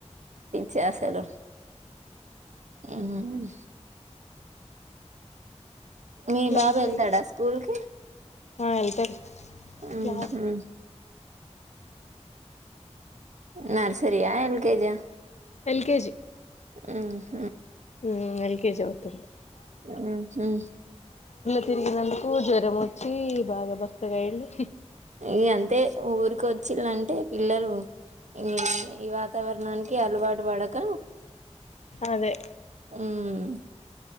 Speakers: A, on the right; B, on the left.
A: చేశారు. మ్ మీ
B: క్లాత్
A: బాబ్
B: లేవు
A: ఎల్తాడా స్కూల్కి
B: ఆ వెళ్తారు
A: అ
B: క్లాత్
A: హ నర్సరీయ యల్ కే జ
B: ఎల్కెజి
A: ఆ హ
B: హుమ ఎల్కెజి అవుతుందో
A: మ్ హ్
B: తిరిగిరండి. కు జ్వరం వచ్చి బాగా బక్కగయ్యిండు.
A: ఇగ అంతే ఊరికి వచ్చిలంటే పిల్లలు ఈ ఈ వాతావర్ణానికి అలవాటు పడక
B: అదే
A: ఉమ్